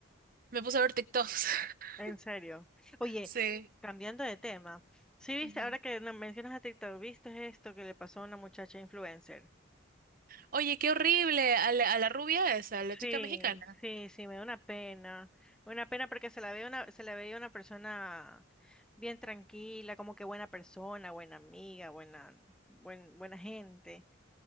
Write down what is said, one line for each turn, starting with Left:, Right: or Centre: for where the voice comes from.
Right: Me puse a ver TikToks. <laughs>
Centre: En serio. Oye,
Right: Sí.
Centre: cambiando de tema, ¿sí viste,
Right: Ujú.
Centre: ahora que no- mencionas a TikTok, ¿viste esto que le pasó a una muchacha influencer?
Right: Oye, qué horrible. A la, a la rubia esa, a la chica
Centre: Sí,
Right: mexicana.
Centre: sí, sí, me da una pena. Me da una pena porque se la ve una, se la veía una persona bien tranquila, como que buena persona, buena amiga, buena, buen, buena gente.